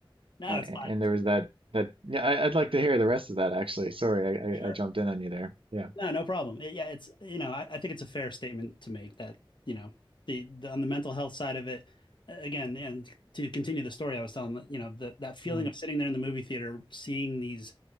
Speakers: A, on the left; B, on the right.
A: no,
B: and,
A: it's fine.
B: and there was that that yeah, I, I'd like to hear the rest of that actually. Sorry,
A: Sure.
B: I, I, I jumped in on you there. Yeah.
A: No, no problem. It- yeah, it's you know, I, I think it's a fair statement to make that, you know, the, the on the mental health side of it, a- again, and to continue the story I was telling, you know, the, that feeling
B: Mm,
A: of sitting there in the movie theater, seeing these